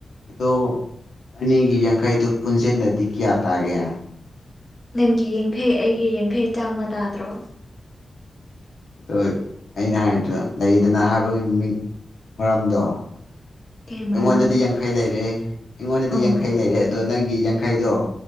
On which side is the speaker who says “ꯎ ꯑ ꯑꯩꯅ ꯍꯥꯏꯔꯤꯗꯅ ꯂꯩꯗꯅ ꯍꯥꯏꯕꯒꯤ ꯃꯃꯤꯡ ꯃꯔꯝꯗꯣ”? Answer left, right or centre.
Left